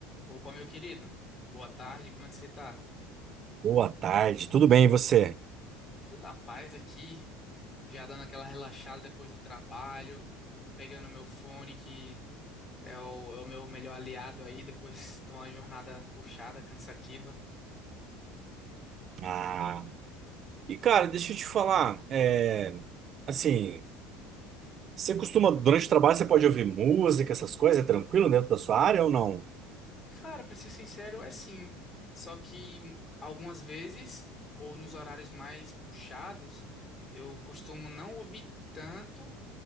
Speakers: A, on the left; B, on the right.
A: Opa, meu querido. Boa tarde, como é que você tá?
B: Boa tarde, tudo bem e você?
A: Tudo na paz aqui, já dando aquela relaxada depois do trabalho, pegando meu fone, que é o, é o meu melhor aliado aí, depois de uma jornada puxada, cansativa.
B: Ah, e cara, deixa eu te falar, é, assim, você costuma, durante o trabalho, você pode ouvir música, essas coisas, é tranquilo dentro da sua área ou não?
A: Cara, pra ser sincero, é sim. Só que hum, algumas vezes, ou nos horários mais puxados, eu costumo não ouvir tanto,